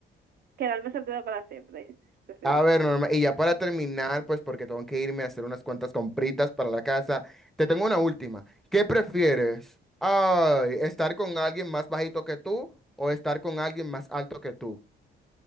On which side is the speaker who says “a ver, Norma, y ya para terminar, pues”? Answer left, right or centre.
Centre